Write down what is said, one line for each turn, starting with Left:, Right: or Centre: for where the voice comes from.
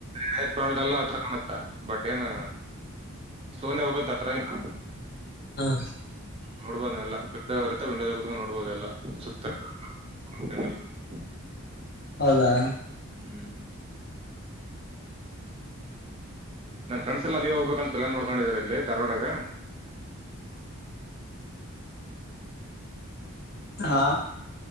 Right: ಹತ್ರ ಕಾಣುತ್ತ ಬಟ್ ಏನ್ ಸ್ಲೋನೇ ಹೋಗುತ್ತ ಟ್ರೈನ್.
Left: ಹ್ಮ.
Right: ನೋಡ್ಬೋದ ಎಲ್ಲ ವಿಂಡೋ ಇರುತ್ತ ವಿಂಡೋದಾಗ ಕುತ್ಕೊಂಡ ನೋಡ್ಬೋದ ಎಲ್ಲ ಸುತ್ತ. <unintelligible>
Left: ಹೌದಾ.
Right: ಹ್ಮ್. ನನ್ ಫ್ರೆಂಡ್ಸ್ ಎಲ್ಲಾ ಅಲ್ಲಿಗ ಹೋಗ್ಬೇಕಂತ ಪ್ಲಾನ್ ಮಾಡ್ಕೊಂಡಿದಿದಾರ ಇಲ್ಲಿ ಧಾರ್ವಾಡಗ.
Left: ಹಾ.